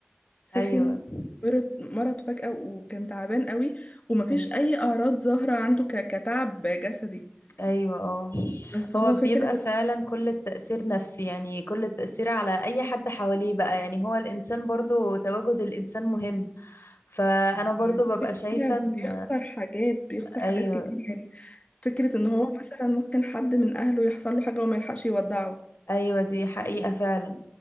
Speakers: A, on the left; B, on the left.
A: سخن
B: ايوه
A: مرض مرض فجأة وكان تعبان قوي ومفيش
B: ايوه
A: أي أعراض ظاهرة عنده ك- كتعب جسدي
B: ايوه اه
A: بس
B: هو
A: هو
B: بيبقى
A: فكرة إنه
B: فعلا كل التأثير نفسي يعني كل التأثير على اي حد حواليه بقى يعني هو الانسان برضو تواجد الانسان مهم فانا
A: <laughs>
B: برضو ببقى
A: فكرة
B: شايفة
A: بيخسر
B: ان
A: حاجات بيخسر
B: ايوه
A: حاجات كتير يعني فكرة إن هو مثلا ممكن حد من أهله يحصل له حاجة وما يلحقش يودعه
B: ايوه دي حقيقة فعلا